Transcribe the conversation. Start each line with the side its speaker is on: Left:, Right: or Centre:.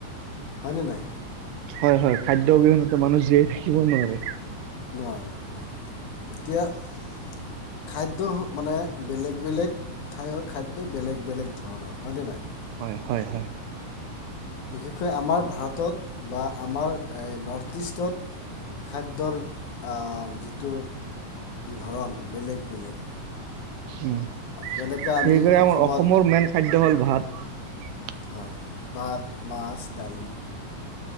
Left: হয় নে নাই?
Right: হয় হয় খাদ্য অবিহনেতো মানুহ জীয়াই থাকিব নোৱাৰে।
Left: নোৱাৰে। এতিয়া খাদ্য মানে বেলেগ বেলেগ ঠাইৰ খাদ্য বেলেগ বেলেগ ধৰণৰ হয়নে নাই?
Right: হয় হয়।
Left: বিশেষকৈ আমাৰ ভাৰতত বা আমাৰ নৰ্থ ইষ্টত খাদ্যৰ আহ যিটো ধৰণ বেলেগ বেলেগ।
Right: উম
Left: যেনেকৈ
Right: সেইকাৰনে
Left: আমি
Right: আমাৰ
Left: অসমত
Right: অসমৰ মেইন খাদ্য হ'ল ভাত।
Left: হয়। ভাত, মাছ। দালি।